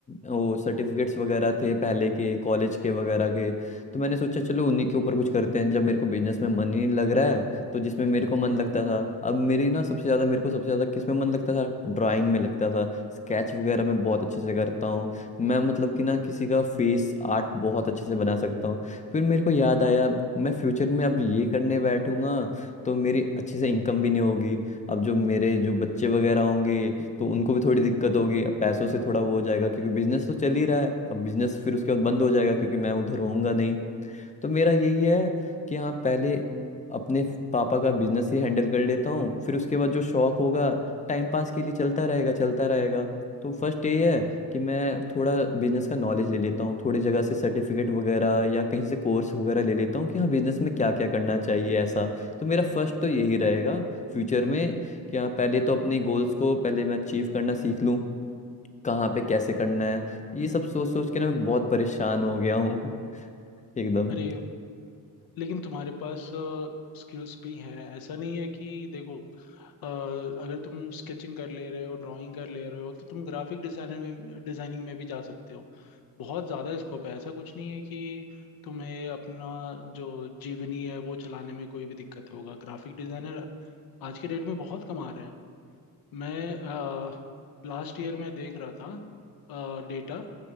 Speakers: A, on the left (about 20°); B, on the left (about 70°).
A: वो सर्टिफिकेट्स वगैरह थे पहले के कॉलेज के वगैरह के तो मैंने सोचा चलो उन्हीं के ऊपर कुछ करते हैं जब मेरे को बिजनेस में मन ही नहीं लग रहा है तो जिसमें मेरे को मन लगता था अब मेरी ना सबसे ज़्यादा मेरे को सबसे ज़्यादा किस में मन लगता था ड्राइंग में लगता था स्केच वगैरह मैं बहुत अच्छे से करता हूँ मैं मतलब कि ना किसी का फेस आर्ट बहुत अच्छे से बना सकता हूँ फिर मेरे को याद आया मैं फ्यूचर में अब ये करने बैठूंगा तो मेरी अच्छे से इनकम भी नहीं होगी अब जो मेरे जो बच्चे वगैरह होंगे तो उनको भी थोड़ी दिक्कत होगी अब पैसों से थोड़ा वो हो जाएगा क्योंकि बिजनेस तो चल ही रहा है अब बिजनेस फिर उसके बाद बंद हो जाएगा क्योंकि मैं उधर होऊंगा नहीं तो मेरा यही है कि हाँ पहले अपने पापा का बिजनेस ही हैंडल कर लेता हूँ फिर उसके बाद जो शौक होगा टाइम पास के लिए चलता रहेगा चलता रहेगा तो फर्स्ट ये है कि मैं थोड़ा बिजनेस का नॉलेज ले लेता हूँ थोड़ी जगह से सर्टिफिकेट वगैरह या कहीं से कोर्स वगैरह ले लेता हूँ कि हाँ बिजनेस में क्या क्या करना चाहिए ऐसा तो मेरा फर्स्ट तो यही रहेगा फ्यूचर में कि हाँ पहले तो अपने गोल्स को पहले मैं अचीव करना सीख लूँ कहाँ पे कैसे करना है ये
B: हम्म
A: सब सोच सोच के ना मैं बहुत परेशान हो गया हूँ <laughs> एकदम
B: अरे लेकिन तुम्हारे पास स्किल्स भी हैं ऐसा नहीं है कि देखो अ, अगर तुम स्केचिंग कर ले रहे हो ड्राइंग कर ले रहे हो तो तुम ग्राफिक डिजाइनर में डिजाइनिंग में भी जा सकते हो बहुत ज़्यादा स्कोप है ऐसा कुछ नहीं है कि तुम्हें अपना जो जीवनी है वो चलाने में कोई भी दिक्कत होगा ग्राफिक डिजाइनर आज के डेट में बहुत कमा रहे हैं मैं लास्ट ईयर में देख रहा था डेटा